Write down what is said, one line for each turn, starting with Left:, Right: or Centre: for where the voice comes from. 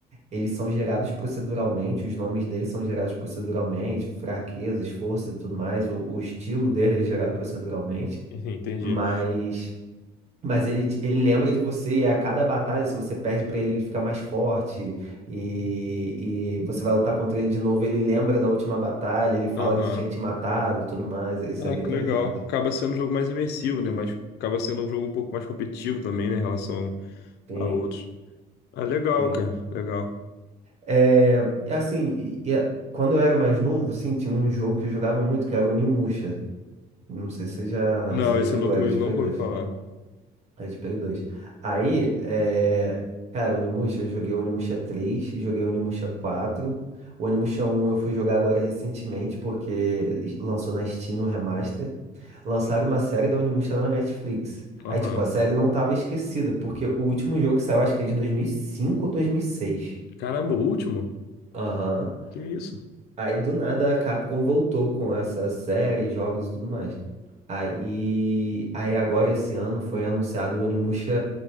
Right: Eles são gerados proceduralmente, os nomes deles são gerados proceduralmente, fraquezas, forças e tudo mais. O, o estilo dele é gerado proceduralmente,
Left: Uhum. Entendi.
Right: mas mas ele, te- ele lembra de você e a cada batalha, se você perde pra ele, ele fica mais forte e, e você vai lutar contra ele de novo, ele lembra da última batalha, ele fala
Left: Aham.
Right: que tinha te matado e tudo mais, isso
Left: Ah,
Right: é bem
Left: que
Right: interessante.
Left: legal. Acaba sendo um jogo mais imersivo, né? Mas acaba sendo um jogo um pouco mais competitivo também, né? Em relação
Right: Sim,
Left: a outros. Ah, legal,
Right: sim.
Left: cara. Legal.
Right: É, e assim, e- e a- quando eu era mais novo, sim, tinha um jogo que eu jogava muito, que era o Onimusha. Não sei se você já,
Left: Não,
Right: se
Left: esse
Right: já jogou,
Left: eu nunca,
Right: era
Left: ouvi-
Right: de
Left: nunca
Right: Play 2.
Left: ouvi falar.
Right: É de Play 2. Aí, é... cara, Onimusha, eu joguei Onimusha três, joguei Onimusha quatro. O Onimusha um, eu fui jogar agora recentemente, porque lançou na Steam o remaster. Lançaram uma série da Onimusha na Netflix.
Left: Aham.
Right: Aí, tipo, a série não tava esquecida, porque o último jogo que saiu, acho que é de 2005 ou 2006.
Left: Caramba, o último?
Right: Aham.
Left: Que isso?
Right: Aí do nada a Capcom voltou com essa série, jogos e tudo mais. Aí, aí agora esse ano foi anunciado o Onimusha,